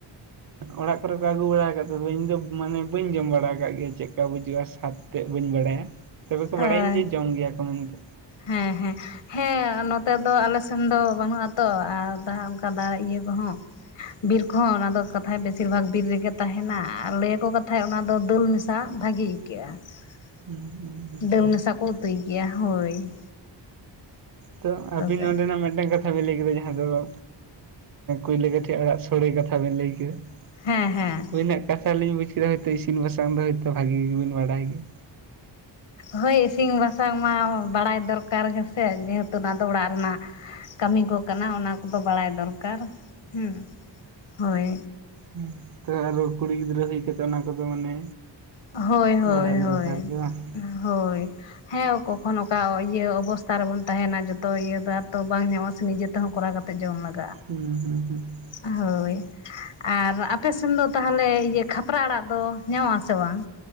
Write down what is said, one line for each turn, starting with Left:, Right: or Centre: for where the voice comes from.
Right: ᱚᱲᱟᱜ ᱠᱚᱨᱮ ᱠᱚ ᱟᱹᱜᱩ ᱵᱟᱲᱟ ᱟᱠᱟᱫ ᱛᱚ ᱤᱧ ᱫᱚ ᱢᱟᱱᱮ ᱵᱟᱹᱧ ᱡᱚᱢ ᱵᱟᱲᱟ ᱟᱠᱟᱫ ᱜᱮᱭᱟ ᱪᱮᱫᱞᱠᱟ ᱵᱩᱡᱩᱜᱼᱟ ᱥᱟᱫ, ᱛᱮᱫ ᱵᱟᱹᱧ ᱵᱟᱲᱟᱭᱟ ᱛᱚᱵᱮ ᱠᱚ
Left: ᱦᱳᱭ
Right: ᱵᱟᱲᱟᱭᱟᱹᱧ ᱡᱮ ᱡᱚᱢ ᱜᱮᱭᱟ ᱠᱚ ᱢᱮᱱᱛᱮ,
Left: ᱦᱮᱸ ᱦᱮᱸ ᱾ ᱦᱮᱸ ᱱᱚᱛᱮ ᱫᱚ ᱟᱞᱮ ᱥᱮᱱ ᱫᱚ ᱵᱟᱹᱱᱩᱜ ᱟᱛᱚ ᱟᱨ ᱫᱟ, ᱫᱟ ᱤᱭᱟᱹ ᱠᱚᱦᱚᱸ ᱵᱤᱨ ᱠᱚᱦᱚᱸ ᱚᱱᱟ ᱫᱚ ᱠᱟᱛᱷᱟᱡ ᱵᱮᱥᱤᱨ ᱵᱷᱟᱜ ᱵᱤᱨ ᱨᱮᱜᱮ ᱛᱟᱦᱮᱱᱟ ᱟᱨ ᱞᱟᱹᱭᱟᱠᱚ ᱠᱟᱛᱷᱟᱡ ᱚᱱᱟ ᱫᱚ ᱫᱟᱹᱞ ᱢᱤᱥᱟ, ᱥᱟ ᱵᱷᱟᱜᱤ ᱟᱹᱭᱠᱟᱹᱜᱼᱟ
Right: ᱟᱪᱪᱷᱟ
Left: ᱾ ᱰᱟᱹᱞ
Right: ᱟᱪᱪᱷᱟ
Left: ᱢᱮᱥᱟ ᱠᱚ ᱩᱛᱩᱭ ᱜᱮᱭᱟ ᱦᱳᱭ ᱾
Right: ᱛᱚ ᱟᱵᱤᱱ
Left: ᱥᱮ
Right: ᱱᱚᱸᱰᱮ ᱱᱟᱜ ᱢᱤᱫᱴᱟᱝ ᱠᱟᱛᱷᱟ, ᱠᱟᱛᱷᱟ ᱵᱮᱤᱱ ᱞᱟᱹᱭ ᱠᱮᱫᱟ ᱡᱟᱦᱟᱸ ᱫᱚᱠᱚ ᱠᱩᱭᱞᱟᱹ ᱠᱟᱹᱴᱷᱤ ᱟᱲᱟᱜ ᱥᱳᱲᱮ ᱠᱟᱛᱷᱟ ᱵᱮᱤᱱ ᱞᱟᱹᱭ ᱠᱮᱫᱟ ᱾
Left: ᱦᱮᱸ ᱦᱮᱸ ᱾
Right: ᱟᱹᱵᱤᱱᱟᱜ ᱠᱟᱛᱷᱟ ᱞᱤᱧ ᱵᱩᱡ ᱠᱮᱫᱟ ᱦᱚᱭᱛᱳ ᱤᱥᱤᱱ ᱵᱟᱥᱟᱝ ᱫᱚ ᱦᱳᱭᱛᱳ ᱵᱷᱟᱜᱤ ᱜᱮᱵᱤᱱ ᱵᱟᱰᱟᱭ ᱜᱮᱭᱟ ᱾
Left: ᱦᱳᱭ ᱤᱥᱤᱱ ᱵᱟᱥᱟᱝ ᱢᱟ ᱵᱟᱲᱟᱭ ᱫᱚᱨᱠᱟᱨ ᱦᱮᱸᱥᱮ ᱡᱮᱦᱮᱛᱩ ᱚᱱᱟ ᱫᱚ ᱚᱲᱟᱜ ᱨᱮᱱᱟᱜ ᱠᱟᱹᱢᱤ ᱠᱚ ᱠᱟᱱᱟ ᱚᱱᱟ ᱠᱚᱫᱚ ᱵᱟᱲᱟᱭ ᱫᱚᱨᱠᱟᱨ ᱦᱩᱸ ᱦᱳᱭ,
Right: ᱦᱩᱸ ᱛᱚ ᱟᱨᱚ ᱠᱩᱲᱤ ᱜᱤᱫᱽᱨᱟᱹ ᱦᱩᱭ ᱠᱟᱛᱮᱜ ᱚᱱᱟ ᱠᱚᱫᱚ ᱢᱟᱱᱮ,
Left: ᱦᱳᱭ, ᱦᱳᱭ,
Right: ᱵᱟᱲᱟᱭ
Left: ᱦᱳᱭ,
Right: ᱫᱚᱨᱠᱟᱨ ᱜᱮ ᱵᱟᱝ
Left: ᱦᱳᱭ ᱾ ᱦᱮᱸ ᱠᱚᱠᱷᱚᱱ ᱚᱠᱟ ᱤᱭᱟᱹ ᱚᱵᱚᱥᱛᱟ ᱨᱮᱵᱚᱱ ᱛᱟᱦᱮᱱᱟ ᱡᱚᱛᱚ ᱤᱭᱟᱹ ᱫᱚ ᱟᱨ ᱛᱚ ᱵᱟᱝ ᱧᱟᱢᱚᱜ ᱥᱮ ᱱᱤᱡᱮ, ᱛᱮ ᱦᱚᱸ ᱠᱚᱨᱟᱣ ᱠᱟᱛᱮᱫ ᱡᱚᱢ ᱮᱸ
Right: ᱦᱮᱸ ᱦᱩᱸ ᱦᱩᱸ ᱾
Left: ᱦᱳᱭ ᱾ ᱟᱨ ᱟᱯᱮ ᱥᱮᱱ ᱫᱚ ᱛᱟᱦᱚᱞᱮ ᱤᱭᱟᱹ ᱠᱷᱟᱯᱨᱟ ᱟᱲᱟᱜ ᱫᱚ ᱧᱟᱢᱚᱜ ᱟᱥᱮ ᱵᱟᱝ?